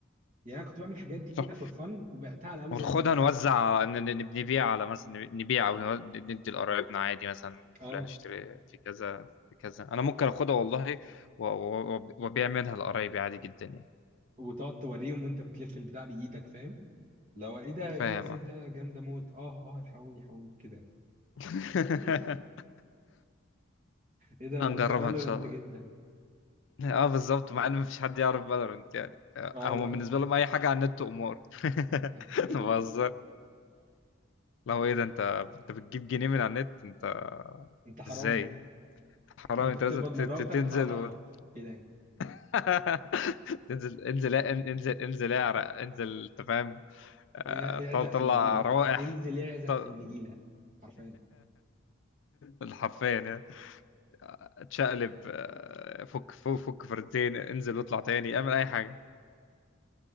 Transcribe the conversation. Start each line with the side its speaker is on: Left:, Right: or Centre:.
Right: يعني انا كنت بعمل الحاجات دي كده
Left: صح
Right: فور فن وبعتها على امازون
Left: وناخدها
Right: نزلت
Left: نوزع ن- ن- نبيع على مثلا نبيع او نو- ندي لقرايبنا عادي مثلا
Right: اه
Left: فلان اشتري في كذا في كذا انا ممكن اخدها والله و- و- وابيع منها لقرايبي عادي جدا يعني
Right: وتقعد توريهم وانت بتلف البتاع بايدك فاهم لو ايه ده
Left: فاهم
Right: ايه يا سيف
Left: اه
Right: ده جامده موت اه اه الحقوني الحقوني كده
Left: <laughs>
Right: <laughs> ايه ده
Left: هنجربها
Right: ده انت فالورنت
Left: ان شاء الله
Right: جدا
Left: اه بالظبط مع ان مفيش حد يعرف فالورنت يعني
Right: اه
Left: هم
Right: والله
Left: بالنسبه لهم اي حاجه على النت امور <laughs>
Right: <laughs>
Left: بهزر لو ايه ده انت انت بتجيب جنيه من على النت انت
Right: انت حرامي
Left: ازاي حرام
Right: انت
Left: انت
Right: بتقبض
Left: لازم ت-
Right: من الراوتر
Left: ت- تنزل
Right: ها ها ها كده يعني.
Left: <laughs> انزل انزل انزل انزل اعرق انزل انت فاهم
Right: <laughs>
Left: آه،
Right: اعزق
Left: طل طلع
Right: في النجيله
Left: روائح
Right: انزل اعزق
Left: طل-
Right: في النجيله حرفيا
Left: <laughs> حرفيا يعني اتشقلب آه، فك فك فك فردتين انزل واطلع تاني اعمل اي حاجه